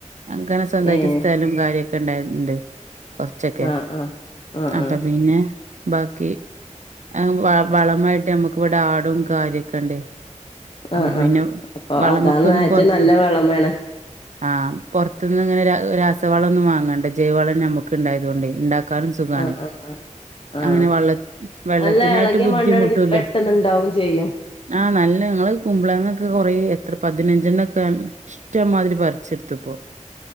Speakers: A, on the right; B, on the left.
A: അങ്ങനെ സ്വന്തമായിട്ട്
B: ഏഹ്
A: സ്ഥലം കാര്യക്കെ ഉണ്ടായിണ്ട് കുറച്ചൊക്കെ
B: ആഹ് ആഹ് ആഹ്
A: അപ്പൊ
B: ആഹ്
A: പിന്നെ ബാക്കി മം വ വളമായിട്ട് നമ്മുക്ക് ഇവിടെ ആടും കാര്യംക്കെ ഉണ്ടന് അപ്പ
B: ആഹ്
A: പിന്നെ
B: ആഹ് അപ്പൊ
A: വളമൊക്കെ
B: അതാണ്
A: ഒന്ന്
B: ഏറ്റവും
A: പൊറത്ത
B: നല്ല വളമാണ്
A: ആഹ് പുറത്തുനിന്ന് ഇങ്ങനെ രാ രാസവളം ഒന്നും വാങ്ങണ്ട ജൈവളം നമ്മുക്ക് ഉണ്ടായതുകൊണ്ട് ഇ കാൻ സുഖമാണ്
B: ആഹ് ആഹ് ആഹ് ആഹ്
A: അങ്ങനെ വെള്ള വെള്ളത്തിനായിട്ട്
B: നല്ല എളകിയ
A: ബുദ്ധിമുട്ടൂല്ല
B: മണ്ണാണെങ്കി പെട്ടെന്നുണ്ടാവും ചെയ്യും
A: ആഹ നല്ല നിങ്ങള് കുമ്പളങ്ങൊക്കെ കൊറെ എത്ര പതിനഞ്ചെണ്ണ ഒക്ക ഇഷ്ടമാതിരി പറി ച്ചെടുത്പ്പോ